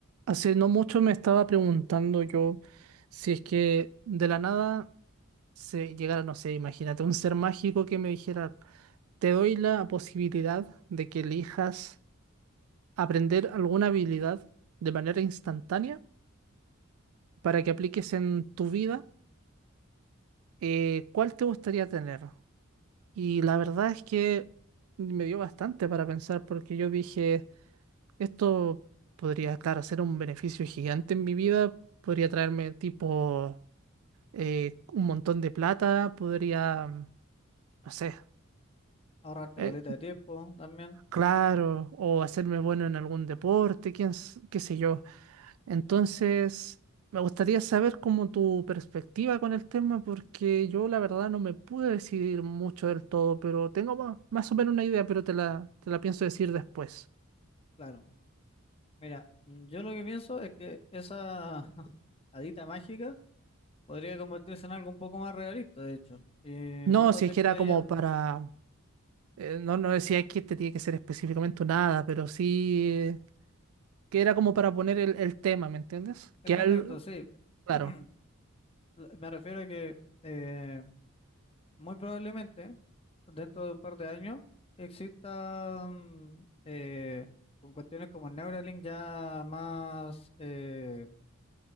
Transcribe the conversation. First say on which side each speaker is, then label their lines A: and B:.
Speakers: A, on the right; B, on the left.
A: Hace no mucho me estaba preguntando yo si es que de la nada se llegara, no sé, imagínate, un ser mágico que me dijera, te doy la posibilidad de que elijas aprender alguna habilidad de manera instantánea para que apliques en tu vida, eh, ¿cuál te gustaría tener? Y la verdad es que me dio bastante para pensar porque yo dije, esto podría, claro, ser un beneficio gigante en mi vida, podría traerme tipo eh, un montón de plata, podría, mm, no sé,
B: Ahorrarte
A: eh,
B: caleta de tiempo también,
A: claro, o hacerme bueno en algún deporte, quién, s- qué sé yo. Entonces, me gustaría saber como tu perspectiva con el tema, porque yo la verdad no me pude decidir mucho del todo, pero tengo ma- más, o menos una idea, pero te la, te la pienso decir después.
B: claro. Mira, mm, yo lo que pienso es que esa <laughs> hadita mágica podría convertirse en algo un poco más realista, de hecho, y
A: No,
B: no tan
A: si es
B: descabellado.
A: que era como para, eh, no, no decía que este tiene que ser específicamente nada pero sí... eh, que era como para poner el, el tema, ¿me entiendes? Que
B: El contexto,
A: al,
B: sí.
A: claro.
B: <clears throat> La- Me refiero a que eh, muy probablemente dentro de un par de años exista mm, eh, con cuestiones como el Neuralink ya más eh,